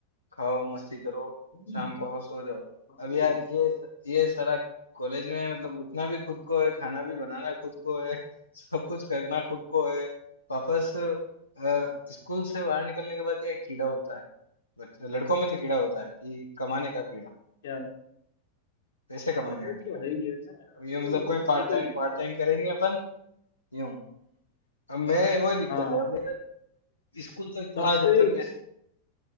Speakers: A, on the left; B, on the left.
A: खाओ मस्ती करो
B: हम्म,
A: शाम को आओ सो जाओ
B: भाई
A: अब यार ये ये सारा कॉलेज में मतलब उठना भी खुद को है खाना भी बनाना खुद को है <laughs> सब कुछ करना खुद को है वापस अ, स्कूल से बाहर निकलने के बाद क्या एक कीड़ा होता है बच्चे लड़कों में तो कीड़ा होता है कि कमाने का कीड़ा
B: क्या
A: पैसे कमाने
B: वो
A: का कीड़ा
B: तो है ही है ना यार।
A: ये मतलब
B: तो
A: कोई पार्ट
B: देखो
A: टाइम पार्ट
B: आप
A: टाइम करेंगे अपन यूं अब मैं वो दिक्कत
B: हाँ
A: है अब स्कूल तक
B: सबसे
A: था जब तक पैसे